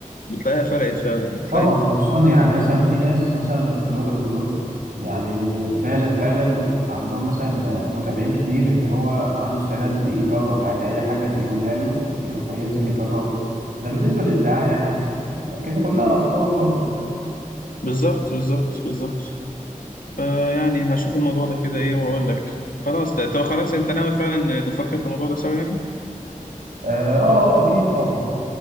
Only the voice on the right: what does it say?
طبعا
وخصوصا يعني مثلا في ناس مثلا من البلوجرز دول يعني فعلا فعلا عندهم مثلا متابعين كتير اللي هو عنده استعداد يجرب يعني اي حاجة يقولها له يروح ينزل يجربها ده بالنسبة للدعاية يعني لكن كلها افكار برضو
اه اه آه، اكيد طبعا